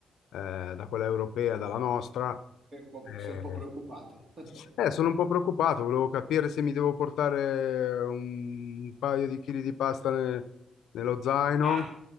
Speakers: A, on the left; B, on the right.
A: eh, da quella europea, dalla nostra,
B: Sei un po', sei
A: eh,
B: un po' preoccupato. <laughs>
A: Eh, sono un po' preoccupato, volevo capire se mi devo portare un paio di chili di pasta ne- nello zaino.
B: Ah,